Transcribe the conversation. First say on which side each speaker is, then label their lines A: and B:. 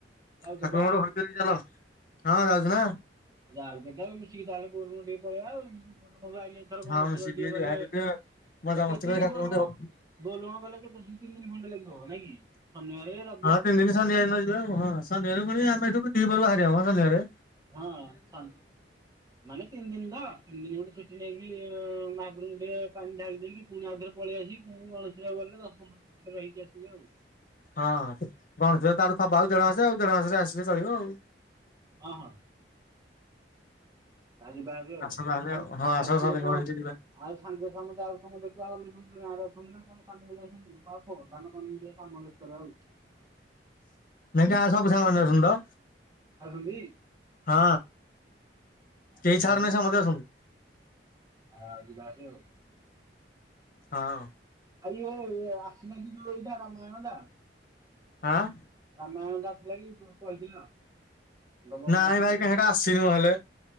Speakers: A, on the right; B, on the left.
A: ଯାଉଛ
B: ଠାକୁରଙ୍କରୁ
A: ପା?
B: ହରିଧରିକି ଚାଲ ହଁ ଯାଉଛୁ ନା।
A: ଯାଉଚତ ମିଶିକି ଚାଲେ ବୋଲବମ୍ ଟିକେ ପଳେଇ ଆଉ ବୋଲବମରୁ ଆଇଲେ ଏଥର କଣ
B: ହଁ
A: <unintelligible>
B: ମିଶିକି
A: ଟିଏ
B: ଟିକେ
A: ଗଲେ
B: ଯାହା ଟିକେ ମଜାମସ୍ତି
A: ବାକି ଏତିକି
B: କରି ଠାକୁରଙ୍କୁ
A: ବୋଲବମ
B: ଟିକେ
A: ବୋଲବମ୍ ଗଲେ କେତେ ଦି ତିନି ଦିନି ଖଣ୍ଟେ ଲାଗିବ ନାଇକି ଶନିବାରେ ର
B: ହଁ ତିନି ଦିନ ଶନିବାର ଦିନ ଯିବା ଆଉ ହଁ ହଁ ଶନିବାରରେ ଫୁଣି ଆମେ ଏଠୁ ବି ଦିପହରୁ ବାହାରିବା ମ ସନ୍ଧ୍ୟାରେ।
A: ହଁ ଅଛନ୍ତି। ମାନେ ତିନି ଦିନ ତ ତିନି ଦିନି ଗୋଟେ ଛୁଟି ନେଇକି ଇ ମହାପ୍ରଭୁଙ୍କୁ ଟିକେ ପାଣି ଢାଳି ଦେଇକି ପୁଣି ଆଉ ଥରେ ପଳେଇ ଆସିକି ପୁଣି ଗଣେଶ ପୂଜାକୁ ଗଲେ ଦଶ ପନ୍ଦର ଦିନ ଖଣ୍ଡେ ରହିକି ଆସିବା ଆଉ। ହଁ
B: ହଁ ଗଣେଶ ପୂଜା ତାଠୁ ଥବ ଆଉ ଦେଢ ମାସ ଆଉ ଦେଢ ମାସରେ ଆସିଲେ ଚଳିବ ଆଉ।
A: ହଁ ହଁ। କାଲି ବାହାରିବେ ଆଉ
B: ଆସ ତାହେଲେ
A: ଆଉ
B: ହଁ ଆସ
A: ଆଉ କିଏ
B: ସମସ୍ତଙ୍କ
A: କଣ
B: ହେଇକି ଯିବା
A: ଆଉ ସାଙ୍ଗେ ସାଙ୍ଗେ ତ ଆଉ ସମୁଦ୍ର ଦେଖିଆ ଆଉ ବୁଲି ଆର ଅଛନ୍ତି ନା କଣ କାମକୁ ଯାଉଛନ୍ତି <unintelligible> ଧାନ <unintelligible> କାମରେ। କରାଉ
B: ନାଇଁ ଗାଁ ସବୁ ସାଙ୍ଗମାନେ ଅଛନ୍ତି ତ।
A: ଯାଉଛନ୍ତି
B: ହଁ
A: ଆଉ
B: କେହି
A: ଯିବା
B: ଛାଡନା ସମସ୍ତେ ଆସନ୍ତି।
A: ହଁ ଯିବା ଆସି ଆଉ।
B: ହଁ।
A: ଆଉ ଇଏ ଆସିନେହିଁ କି କଣ ଏଇଟା ରାମାୟଣଟା?
B: ହଁ।
A: ରାମାୟଣଟା ଆସିଲା କି କ କହିଥିଲ। ଦବ ବୋଲି
B: ନାଇଁ
A: ଆସିଲେ
B: ଭାଇ କାଇଁ ହେଟା ଆସିନିମ ହେଲେ।